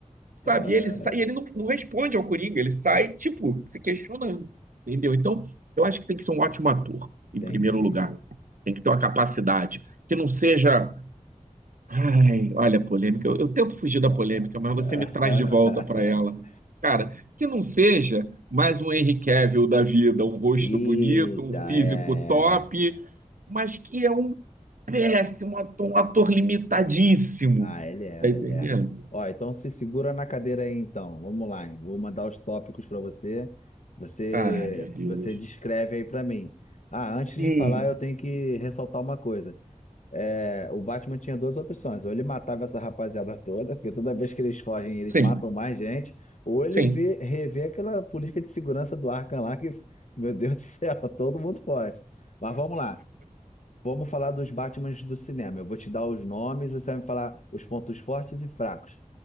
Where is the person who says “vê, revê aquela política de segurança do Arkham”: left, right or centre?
Left